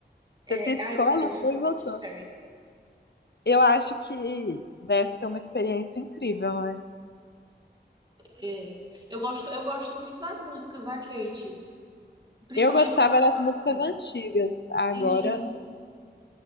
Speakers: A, on the right; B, on the left.
A: É,
B: Você piscou,
A: ah, eu,
B: ela
A: eu amo
B: foi e voltou.
A: Katy Perry.
B: Eu acho que deve ser uma experiência incrível, né?
A: É, eu gosto, eu gosto muito das músicas da Kate, principalmente
B: Eu gostava
A: quando eu
B: das
A: era adolescente.
B: músicas antigas. Agora,
A: Isso.
B: não-